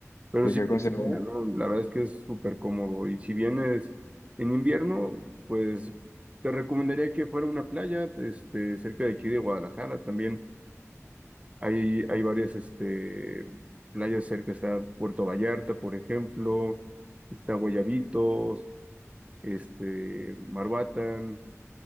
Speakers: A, on the right; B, on the left.
A: Pero
B: ¿Y
A: si
B: qué
A: vienes
B: consideran?
A: en verano, la verdad es que es súper cómodo. Y si vienes en invierno, pues te recomendaría que fuera a una playa, este, cerca de aquí de Guadalajara también. Hay, hay varias este, playas cerca, está Puerto Vallarta, por ejemplo, está Guayabitos, este, Marbatán.